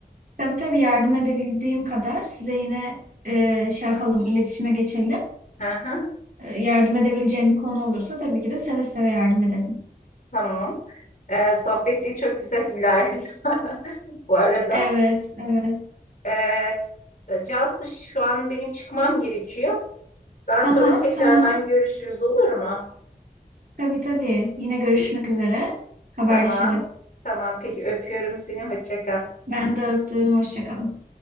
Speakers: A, on the right; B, on the left.
A: Tabii tabii yardım edebildiğim kadar size yine e, şey yapalım, iletişime geçelim.
B: Hı hı,
A: E, yardım edebileceğim bir konu olursa tabii ki de seve seve yardım edelim.
B: tamam. Ee, sohbet de çok güzel ilerliyor <laughs> bu arada.
A: Evet, evet.
B: Ee, e, Cansu şu an benim çıkmam gerekiyor. Daha
A: Tamam,
B: sonra tekrardan
A: tamam.
B: görüşürüz olur mu?
A: Tabii tabii. Yine görüşmek üzere. Haberleşelim.
B: Tamam. Tamam peki öpüyorum seni. Hoşça kal.
A: Ben de öptüm. Hoşça kalın.